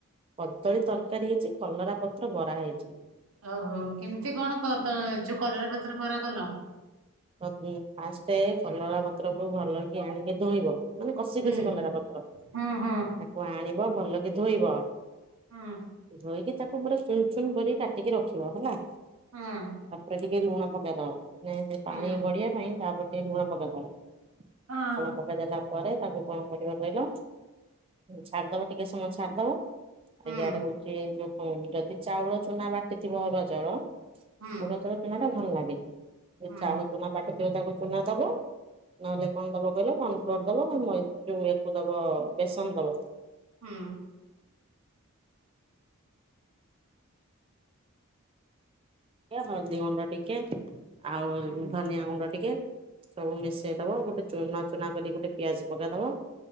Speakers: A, on the right (about 25°); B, on the right (about 70°).
A: କଦଳୀ ତରକାରୀ ହେଇଚି, କଲରା ପତ୍ର ବରା ହେଇଚି।
B: ଓ ହୋ କେମିତି କଣ କ ତ ଯୋଉ କଲରା ପତ୍ର ବରା କଲ?
A: <unintelligible> ଫାଷ୍ଟେ କଲରା ପତ୍ରକୁୁ ଭଲ କି ଆଣିକି ଧୋଇବ। ମାନେ କଷି
B: ହୁଁ
A: କଷି କଲରା ପତ୍ର।
B: ହୁଁ ହୁଁ
A: ତାକୁ ଆଣିବ ଭଲକି ଧୋଇବ।
B: ହୁଁ
A: ଧୋଇକି ତାକୁ ପୁରା ଚୁନ ଚୁନ କରିକି କାଟିକି ରଖିବ ହେଲା।
B: ହୁଁ
A: ତାପରେ ଟି କେ ଲୁଣ ପକେଇଦବ, ମାନେ ସେ ପାଣି
B: ହୁଁ
A: ଗଡିଆ ପାଇଁ ତାପରେ ଟିକେ ଲୁଣ ପକେଇଦବ।
B: ହଁ
A: ଲୁଣ ପ କେଇ ଦେଲା ପରେ, ତାକୁ କଣ କରିବ କହିଲ ଛାଡିଦବ ଟିକେ ସମୟ ଛାଡିଦବ, ଆଉ
B: ହୁଁ।
A: ଇଆଡେ ହଉ ସେ ଯୋଉ କଣ, ଯଦି ଚାଉଳ ଚୁନା ବାଟିଥିବ ଅରୁଆ ଚାଉଳ।
B: ହୁଁ
A: ଅରୁଆ ଚାଉଳ ଚୁନାଟା ଭଲ ଲାଗେ।
B: ହୁଁ ହୁଁ
A: ଚାଉଳ ଚୁନା ବାଟିଥିବ ତାକୁ ଚୁନା ଦବ ନହେଲେ କଣ ଦବ କହିଲ ପ ପ୍ଲଗ୍ ଦବ ଅଁ ମଇ ଏ ଯୋଉ ୟାକୁ ଦବ ବେସନ ଦବ।
B: ହୁଁ।
A: ଏଆ ହଳଦୀ ଗୁଣ୍ଡ ଟିକେ ଆଉ
B: ହୁଁ ହୁଁ
A: ଧନିଆ ଗୁଣ୍ଡ ଟିକେ। ସବୁ ମିଶେଇ ଦବ ଗୋଟେ ଚୁନା ଚୁନା କରି ଗୋଟେ ପିଆଜ ପକେଇ ଦବ